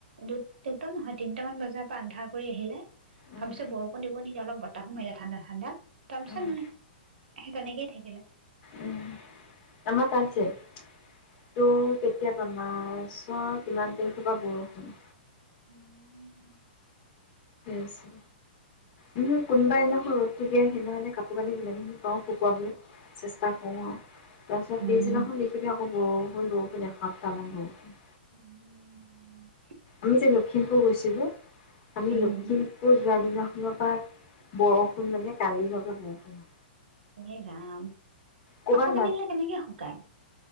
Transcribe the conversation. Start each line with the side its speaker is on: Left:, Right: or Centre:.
Right: দু দুটা নহয় তিনটা মান বজাৰ পৰা আন্ধাৰ কৰি আহিলে
Left: উম
Right: তাৰ পিছত বৰষুণ দিব নেকি অলপ বতাহো মাৰিলে ঠাণ্ডা ঠাণ্ডা তাৰ পিছত
Left: উম
Right: নহয় সেই তেনেকেই থাকিলে
Left: উম আমাৰ তাতঁ যে অ তাতঁ কেতিয়াবা মাছৰ কিমান তাৰিখৰ পৰা বৰষুণ
Right: উম
Left: আছে উম কোনোবাই সেদিনাখন ৰদটোতে সেইদিনাখনি কাপোৰ কানি যিমানখিনি পাওঁ শুকাবলৈ চেষ্টা কৰোঁ আৰু তাৰপিছত
Right: উম
Left: পিছদিনাখন দেখিবি আকৌ'বৰষুণ বৰষুণ এসপ্তামান বৰষুণ
Right: উম
Left: আমি যে লখিমপুৰ গৈছিলোঁ আমি
Right: উম
Left: লখিমপুৰ যোৱা দিনাখন এনেকুৱা বৰষুণ মানে কালিৰ বাবে বৰষুণ হয়
Right: এ ৰাম
Left: ক'ৰবাত
Right: কাপোৰ কানি বিলাক কেনেকে শুকাই